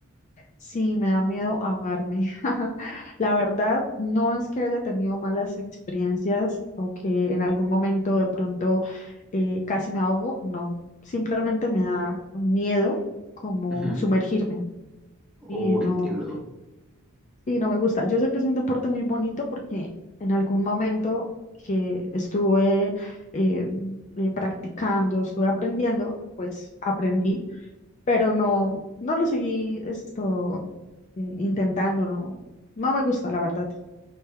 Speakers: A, on the left; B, in the centre.
A: Sí, me da miedo ahogarme. <laughs> La verdad, no es que haya tenido malas experiencias o que en algún momento de pronto eh, casi me ahogo, no. Simplemente me da miedo como
B: Ujú.
A: sumergirme
B: Oh,
A: y no,
B: entiendo.
A: y no me gusta. Yo sé que es un deporte muy bonito porque en algún momento que estuve eh, eh, practicando, estuve aprendiendo, pues aprendí pero no, no lo seguí esto eh, intentando, no, no me gusta, la verdad.